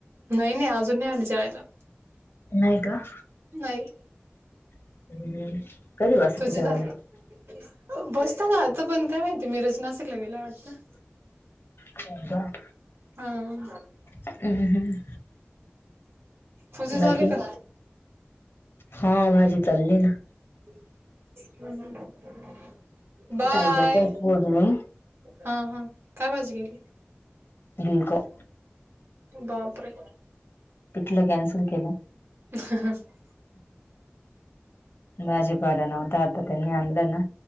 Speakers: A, on the right; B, on the left.
A: नाही नाही अजून नाही आली जेवायला
B: नाही का?
A: नाही
B: हम्म. कधी वाजता
A: तुझी
B: तुझ्या
A: झा <unintelligible> बसत ना आता, पण काय माहिती मिरच नाशिकला गेला वाटत
B: <unintelligible>
A: हा <unintelligible>
B: उ हम्म.
A: तुझी झाली
B: बाकी
A: का
B: हा भाजी चालली ना
A: <unintelligible> बाय
B: ताई देतायत फोडणी
A: हा हा, काय भाजी केली?
B: <unintelligible> का
A: बापरे!
B: पिठलं कॅन्सल केलं.
A: <inaudible>
B: भाजी पाला नव्हता, आता त्यांनी आणलं ना